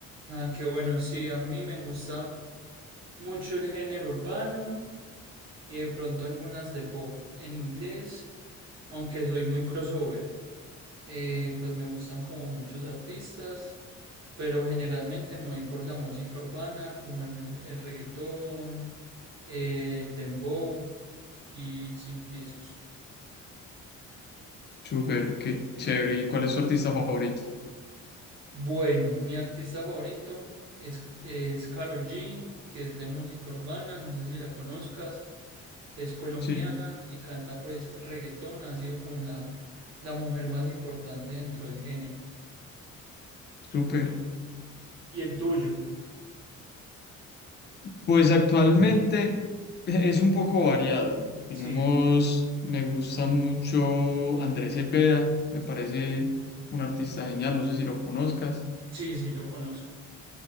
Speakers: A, on the right; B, on the left.
A: Ah, qué bueno, sí, a mí me gusta mucho el género urbano y de pronto algunas de pop en inglés, aunque soy muy crossover. Eh, pues me gustan como muchos artistas, pero generalmente me voy por la música urbana, como el, el reggaetón, el dembow y sí, esos.
B: Súper, qué chévere. ¿Y cuál es tu artista favorito?
A: Bueno, mi artista favorito es, es Karol G, que es de música urbana, no sé si la conozcas, es colombiana
B: Sí,
A: y canta pues reggaetón, ha sido como la, la mujer más importante dentro del género.
B: súper.
A: ¿Y el tuyo?
B: Pues actualmente e- es un poco variado. Digamos,
A: Sí,
B: me gusta mucho Andrés Cepeda, me parece un artista genial, no sé si lo conozcas.
A: sí, sí, lo conozco.